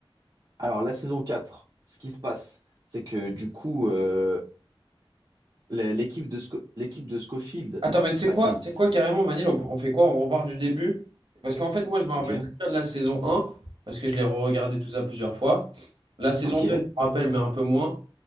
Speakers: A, on the right (about 45°); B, on the right (about 60°).
A: Alors, la saison 4, ce qui se passe, c'est que du coup, euh, la- l'équipe de, Sco- l'équipe de Schofield,
B: Attends, mais tu sais
A: bah,
B: quoi?
A: qui s-
B: Tu sais quoi carrément, Manil, on, on fait quoi? On repart du début? Parce qu'en fait, moi, je me rappelle
A: Ok,
B: très bien de la saison un parce que je l'ai regardé tout ça plusieurs fois. La saison
A: ok,
B: 2, je me rappelle, mais un peu moins.